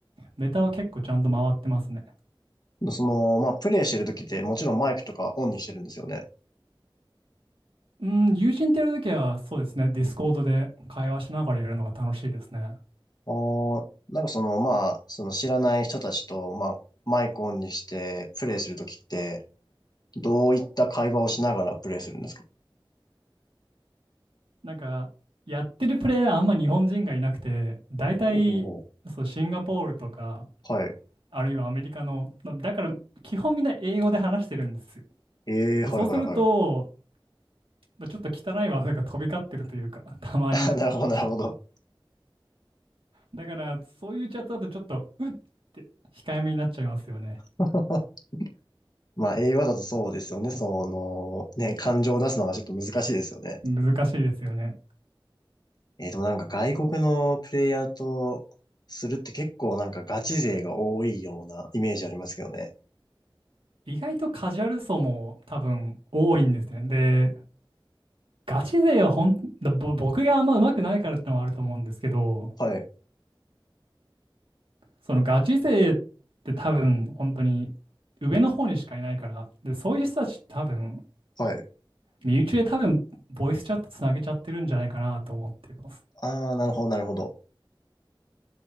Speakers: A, on the right; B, on the left.
A: メタは結構ちゃんと回ってますね。
B: う、その、まあ、プレイしてる時ってもちろんマイクとかオンにしてるんですよね。
A: うん、友人とやるときは、そうですね、ディスコードで会話しながらやるのが楽しいですね。
B: あー、なんかその、まあ、その知らない人たちと、まあ、マイクオンにしてプレイする時って、どういった会話をしながらプレイするんですか
A: なんか、やってるプレイヤーあんま日本人がいなくて、大体、
B: ほうほうほ
A: そう、シンガポールとか、
B: うはい。
A: あるいはアメリカの、まあだから、基本みんな英語で話してるんですよ。
B: えーはいはいはい。
A: で、そうすると、まあちょっと汚い技が飛び交ってるというか、たまに。
B: <laughs> なるほど、なるほど。
A: だから、そういうチャットだとちょっと、うって控えめになっちゃいますよね。
B: <laughs> まあ、映画だとそうですよね。その、ね、感情を出すのがちょっと難しいですよね。
A: 難しいですよね。
B: えー、でもなんか外国のプレイヤーとするって結構なんかガチ勢が多いようなイメージありますけどね。
A: 意外とカジュアル層も多分多いんですね。で、ガチ勢はほん、ぼ僕があんま上手くないからってのもあると思うんですけど、
B: はい、
A: そのガチ勢って多分本当に上の方にしかいないから、で、そういう人たちって多分、
B: はい。
A: 身内で多分ボイスチャットつなげちゃってるんじゃないかなと思ってます。
B: ああ、なるほど、なるほど。